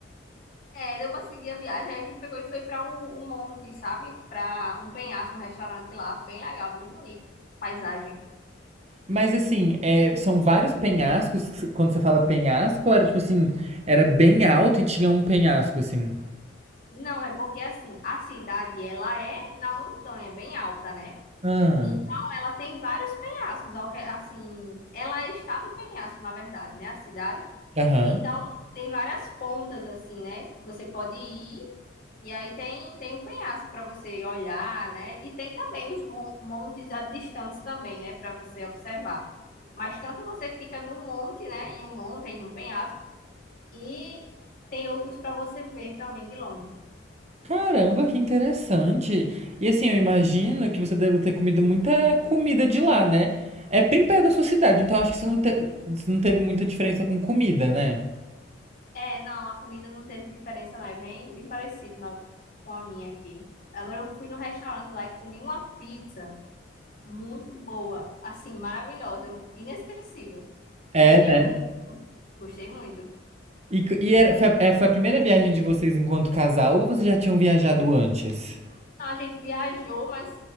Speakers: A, on the left; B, on the right.
A: É, deu pra seguir a viagem, aí a gente pegou e foi pra um, um monte, sabe? Pra um penhasco, um restaurante lá, bem legal, bem bonito, paisagem.
B: Mas assim, é, são vários penhascos. Quando você fala penhasco, era tipo assim, era bem alto e tinha um penhasco, assim.
A: Não, é porque assim, a cidade ela é na montanha, bem alta, né?
B: Ah,
A: Então, ela tem vários penhascos, ao re- assim, ela está no penhasco, na verdade, né, a cidade.
B: aham.
A: Então, tem várias pontas, assim, né, que você pode ir, e aí tem, tem o penhasco para você olhar, né, e tem também os mon- montes a- distantes também, né, para você observar. Mas tanto você fica num monte, né, em um monte, em um penhasco, e tem outros para você ver também de longe.
B: Caramba, que interessante. E assim, eu imagino que você deve ter comido muita comida de lá, né? É bem perto da sua cidade, então acho que você não, te- você não teve muita diferença com comida, né?
A: É, não, a comida não teve diferença, não. É bem, bem parecido na- com a minha aqui. Agora eu fui no restaurante lá e comi uma pizza muito boa, assim, maravilhosa, eu- inesquecível.
B: É,
A: Gostei
B: né?
A: muito, gostei muito.
B: E, c- e era, foi, a, é, foi a primeira viagem de vocês enquanto casal ou vocês já tinham viajado antes?
A: A gente viajou, mas